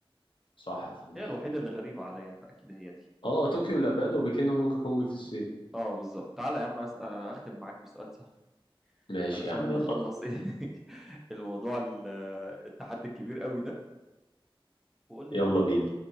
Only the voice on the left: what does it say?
صح يا فندم
اه طوكيو اليابان وبكين وهونج كونج في الصين
ماشي
يا عم يلا
بينا
<laughs> يلا
بينا